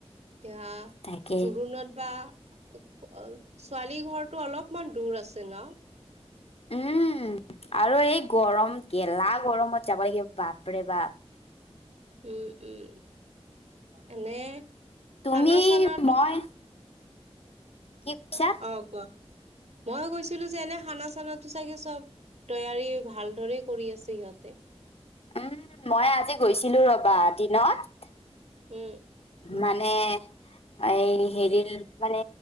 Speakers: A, on the right; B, on the left.
A: এতিয়া
B: তাকে
A: জোৰোণত বা ছোৱালী ঘৰটো অলপমান দূৰ আছে ন।
B: উম, আৰু এই গৰম গেলা গৰমত যাব লাগিব বাপৰে বাপ।
A: উম, উম এনে
B: তুমি
A: খানা চানাটো
B: মই কি কৈছা
A: অ', কোৱা ময়ো গৈছিলো যে এনে খানা চানা চাগেটো চব। তৈয়াৰী ভালদৰে কৰি আছে সিহঁতে।
B: উম, মই আজি গৈছিলো ৰবা দিনত।
A: উম,
B: মানে এই হেৰি মানে